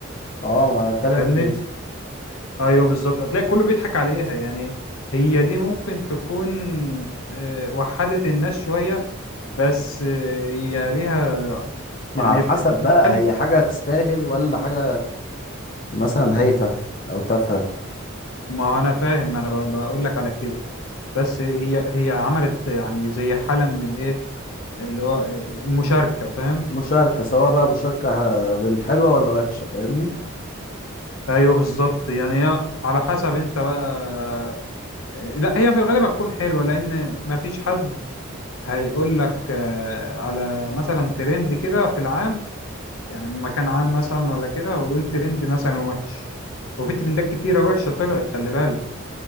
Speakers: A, on the left; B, on the left.
A: اه ما انا بتكلم
B: فاهمني
A: في كده
B: ايوه بالظبط هتلاقي كله بيضحك عليها يعني هي دي ممكن تكون آه، وحدت الناس شوية بس آه، هي ليها
A: ما
B: يعني
A: على حسب
B: بت- بت-
A: بقى
B: بتخلي
A: هي حاجة تستاهل ولا حاجة مثلا هايفة أو تافهة
B: ما انا فاهم ما انا ب- بقول لك على كده بس هي هي عملت يعني زي حالة من الايه اللي هو المشاركة فاهم
A: مشاركة سواء بقى مشاركة آه، بالحلوة ولا وحشة فاهمني
B: ايوه بالظبط يعني هي على حسب انت بقى لا هي في الغالب هتكون حلوه لان مفيش حد هيقول لك آه، على مثلا ترند كده في العام يعني مكان عام مثلا ولا كده ويقول ترند مثلا وحش وفي ترندات كتيره وحشه طلعت خلي بالك